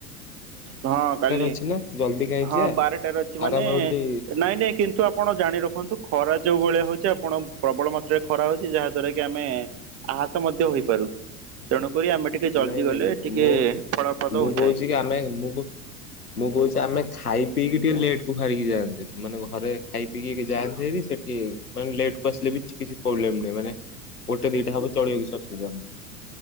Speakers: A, on the right; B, on the left.
A: ହଁ କାଲି।
B: ଅଛି ନା ଜଲ୍ଦି କାହିଁ
A: ହଁ
B: ଯିବା
A: ବାରଟାରେ ଅଛି ମାନେ
B: ଆରାମରେ ଗୋଟେ
A: ନାଇଁ ନାଇଁ କି କିନ୍ତୁ ଆପଣ ଜାଣି ରଖନ୍ତୁ ଖରା ଯୋଉ ଭଳିଆ ହଉଛି ଆପଣ ପ୍ରବଳ ମାତ୍ରାରେ ଖରା ହଉଛି, ଯାହା ଦ୍ଵାରା କି ଆମେ ଆହତ ମଧ୍ୟ ହୋଇପାରୁ। ତେଣୁକରି ଆମେ ଟିକେ ଜଲ୍ଦି
B: ନାଇଁ
A: ଗଲେ
B: ନାଇଁ
A: ଟିକେ
B: ମୁଁ
A: ଫଳପ୍ରଦ
B: ମୁଁ
A: ହୋଇଥାଏ।
B: କହୁଛି କି ଆମେ ମୁଁ କହୁ, ମୁଁ କହୁଛି ଆମେ ଖାଇ ପିଇକି ଟିକେ ଲେଟକୁ ବାହାରିକି ଯାଆନ୍ତେ, ମାନେ ଘରେ ଖାଇପିଇକି ଯାଆନ୍ତେ ହେରି ସେଠି ମାନେ ଲେଟକୁ ଆସିଲେ ବି କିଛି ପ୍ରୋବ୍ଲେମ ନାହିଁ, ମାନେ ଗୋଟେ ଦିଟା ହବ ଚଳିବ କିଛି ଅସୁବିଧା ନାହିଁ।